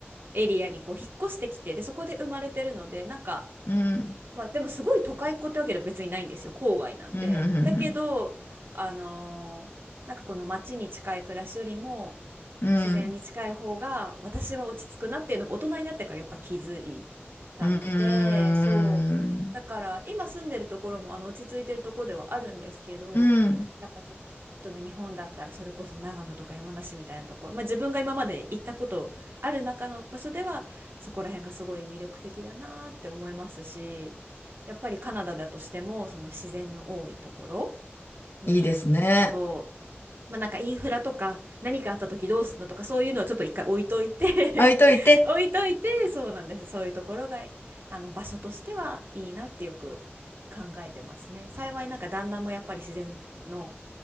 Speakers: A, on the right; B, on the left.
A: エリアにこう引っ越してきてでそこで生まれてるのでなんか、
B: うん。
A: まあ、でもすごい都会っ子ってわけでは別にないんですよ郊外なんでだけどあのーなんかこの街に近い暮らしよりも
B: うん、うん、うん、うん。
A: 自然に近い方が私は落ち着くなっていうのが大人になってからやっぱ気づいたのでそうだから今住んでるところもあの落ち着いてるところではあるんですけどやっぱちょっと例えば日本だったらそれこそ長野とか山梨みたいなところ、
B: うん、うん、うん。
A: まあ、自分が今まで行ったことある中の場所ではそこら辺がすごい魅力的だなって思いますしやっぱりカナダだとしてもその自然の多いところに、
B: いいですね。
A: そう、まあなんかインフラとか何かあった時どうするのとかそういうのをちょっと一回置いといて
B: 置いといて、
A: <laughs> 置いといて、そうなんです。そういうところが、あの場所としてはいいなってよく考えてますね。幸いなんか旦那もやっぱり自然の